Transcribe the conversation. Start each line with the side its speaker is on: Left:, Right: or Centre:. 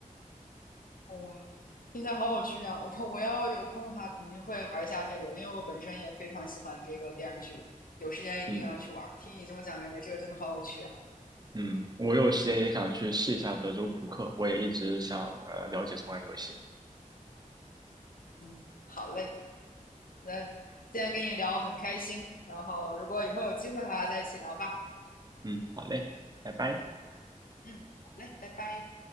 Left: 哇，听起来好有趣啊！我我要有空的话，肯定会玩一下这个，因为我本身也非常喜欢这个电视剧，有时间一定要去玩儿听你这么讲，
Right: 嗯
Left: 感觉这个真的好有趣啊。
Right: 嗯，我有时间也想去试一下德州扑克，我也一直想呃了解这款游戏。
Left: 嗯，好嘞，那今天跟你聊很开心，然后如果以后有机会的话，再一起聊吧。
Right: 嗯，好嘞，拜拜。
Left: 嗯，好嘞，拜拜。